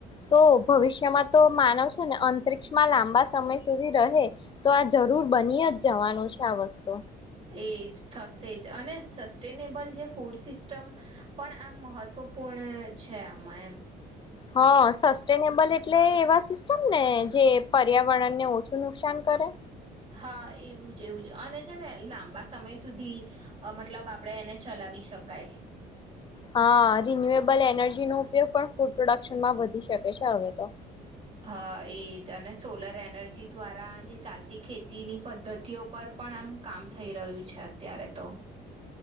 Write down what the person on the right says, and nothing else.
એજ થશે જ અને સ્ટેનેબલ જે ફૂડ સિસ્ટમ પણ આમ મહત્ત્વપૂર્ણ છે આમાં એમ
હા એવું જ એવું જ અને છે ને લાંબા સમય સુધી મતલબ આપણે એને ચલાવી શકાય
હા એજ અને સોલર એનર્જી દ્વારા જે ચાલતી ખેતીની પદ્ધતિઓ પર પણ આમ કામ થઈ રહ્યું છે અત્યારે તો